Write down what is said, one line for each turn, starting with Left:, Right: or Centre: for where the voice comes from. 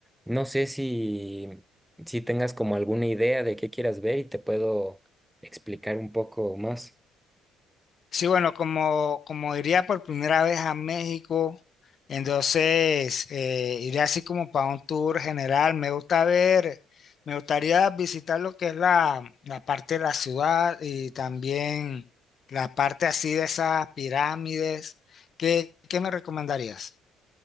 Centre: No sé si, si tengas como alguna idea de qué quieras ver y te puedo explicar un poco más.
Left: Sí, bueno, como, como iría por primera vez a México, entonces eh, iría así como para un tour general. Me gusta ver, me gustaría visitar lo que es la, la parte de la ciudad y también la parte así de esas pirámides. ¿Qué, qué me recomendarías?